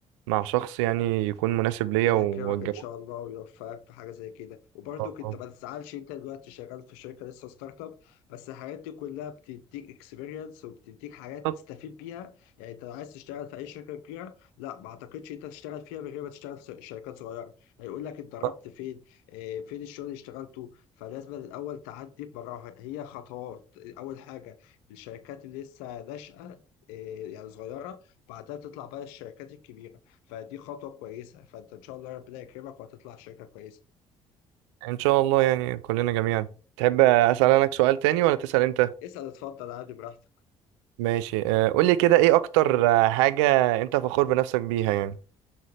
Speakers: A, on the right; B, on the left.
A: مع شخص يعني يكون مناسب ليا
B: ربنا
A: واتجوز
B: يكرمك ان شاء الله ويوفقك في حاجه زي كده
A: ان
B: وبرضك
A: شاء
B: انت
A: الله
B: ما تزعلش انت دلوقتي شغال في شركه لسه ستارت اب بس الحاجات دي كلها بتديك اكسبيرينس وبتديك حاجات
A: بالظبط
B: تستفيد بيها يعني انت لو عايز تشتغل في اي شركه كبيره لا ما اعتقدش انت تشتغل فيها من غير ما تشتغل في شركات صغيره هيقول لك اتدربت
A: بالظبط.
B: فين اه، فين الشغل اللي اشتغلته فلازم الاول تعدي براها هي خطوات اول حاجه الشركات اللي لسه ناشئه اه، يعني صغيره بعدها تطلع بقى الشركات الكبيره فدي خطوة كويسة فانت ان شاء الله ربنا يكرمك وهتطلع شركة كويسة
A: ان شاء الله يعني كلنا جميعا تحب اسال انا سؤال تاني ولا تسال انت
B: اسأل اتفضل عادي براحتك
A: ماشي آه، قول لي كده ايه اكتر آه، حاجة انت فخور بنفسك بيها يعني